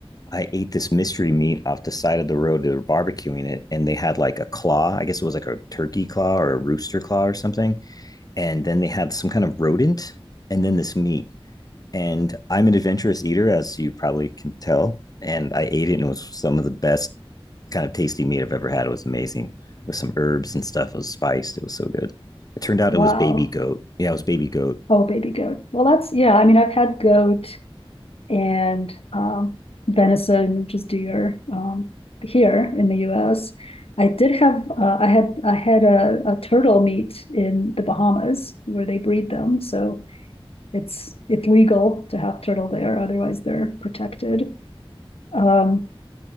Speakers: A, on the left; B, on the left.
A: I ate this mystery meat off the side of the road. They were barbecuing it, and they had like a claw. I guess it was like a turkey claw or a rooster claw or something. and then they had some kind of rodent and then this meat. And I'm an adventurous eater, as you probably can tell. And I ate it, and it was some of the best kind of tasty meat I've ever had. It was amazing with some herbs and stuff. It was spiced. It was so good. It turned out
B: Wow.
A: it was baby goat. Yeah, it was baby goat.
B: Oh, baby goat. Well, that's yeah. I mean, I've had goat and um, venison, which is deer um, here in the U.S. I did have uh, I had I had a, a turtle meat in the Bahamas where they breed them, so it's it's legal to have turtle there. Otherwise, they're protected. Um,